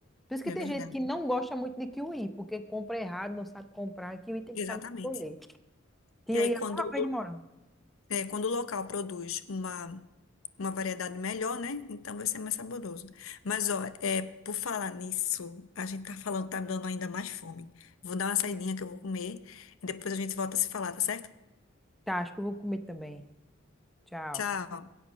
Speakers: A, in the centre; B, on the left (about 80°).
A: Por isso
B: É
A: que tem
B: verdade.
A: gente que não gosta muito de kiwi, porque compra errado, não sabe comprar. Kiwi tem que
B: Exatamente.
A: saber escolher. Kiwi
B: E aí,
A: é
B: quando,
A: a mesma coisa
B: o-
A: de morango.
B: é, quando o local produz uma, uma variedade melhor, né? Então vai ser mais saboroso. Mas, ó, é, por falar nisso, a gente tá falando, tá me dando ainda mais fome. Vou dar uma saidinha que eu vou comer e depois a gente volta a se falar, tá certo?
A: Tá, acho que eu vou comer também. Tchau.
B: Tchau.